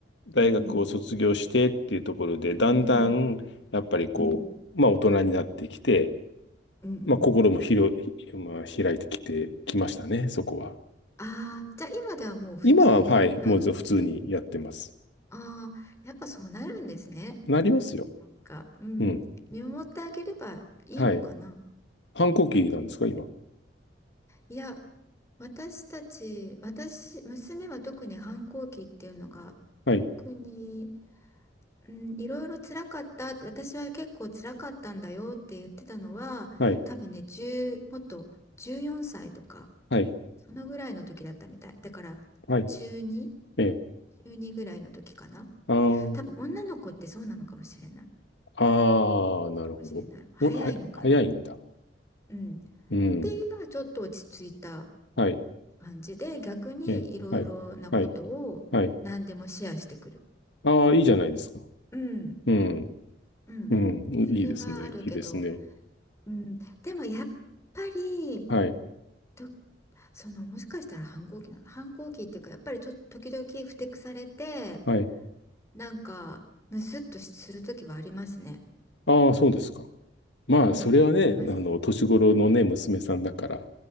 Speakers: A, on the left; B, on the left.
A: 大学を卒業してっていうところで、
B: うん、
A: だんだん、
B: うんうん
A: やっぱりこう、
B: うん
A: まあ大人になってきて、
B: うんうん
A: まあ心も広い、まあ、開いてきてきましたね、そこは。
B: ああーじゃあ今ではもう普通にはん
A: 今は、はい、もうず普通にやってます。
B: ああーやっぱそうなるんですね
A: なりますよ。
B: なんかうん見守ってあげればいいのかな
A: うん。はい。反抗期なんですか、今。
B: いや私たち私娘は特に反抗期っていうのが特に、
A: はい。
B: うん、いろいろ辛かった私は結構辛かったんだよって言ってたのは多分ね1もっと14歳とか
A: はい。はい。
B: そのぐらいの時だったみたい。だから中2、
A: はい。ええ。
B: 中2ぐらいの時かな。
A: あー
B: 多分女の子ってそうなのかもしれない。
A: あー、なるほど。
B: かもしれない。早いのかな。
A: お、は、早いんだ。
B: うん。
A: うん。
B: で、今はちょっと落ち着いた
A: はい。
B: 感じで、逆にいろいろなことを何でもシェアしてくる。
A: ええ、はい、はい、はい。ああ、いいじゃないですか。
B: うん。
A: うん、
B: うん。
A: うん、
B: それはあるけど、
A: いいですね、いいですね。
B: うん。でもやっぱり、
A: はい、
B: とそのもしかしたら反抗期な、反抗期っていうか、やっぱりと時々ふてくされて、
A: はい。
B: なんかムスッとする時はありますね。
A: ああ、そうですか。まあ、
B: うん、うん、
A: それはね、
B: あります。
A: あの、年頃のね、
B: うん
A: 娘さんだから、